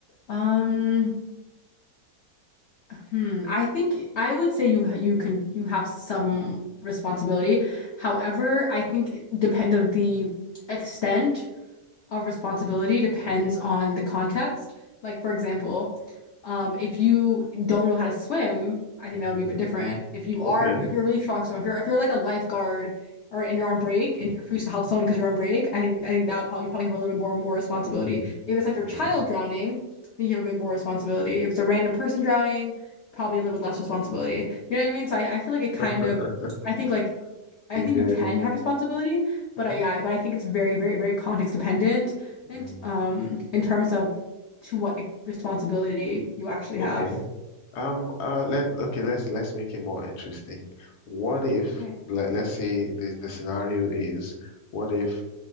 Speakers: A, on the left (about 60°); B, on the left (about 80°).
A: Um, hmm, I think I would say you you can you have some responsibility. However, I think it depend of the extent of responsibility depends on the context. Like for example, Um, if you don't know how to swim, I
B: hmm
A: think that would be a bit different. If you are,
B: Okay.
A: if you're a really strong swimmer, if you're if you're like a lifeguard or and you're on break and you're forced to help someone because you're on break, I think I think that would probably you probably have a little bit more more responsibility.
B: hmm
A: If it's like your
B: Okay.
A: child drowning, I think you have a bit more responsibility. If it's a random person drowning, probably a little bit less responsibility. You know what I mean? So I, I feel like it kind
B: <laughs>
A: of, I think like I
B: A
A: think
B: very.
A: you can have responsibility,
B: Mhm.
A: but I, yeah, but I think it's very, very, very context dependent and
B: mm,
A: um in terms of to what e, responsibility you actually
B: Okay.
A: have.
B: Um, uh, let okay, let's let's make it more interesting. What if,
A: Okay.
B: let, let's say this the scenario is, what if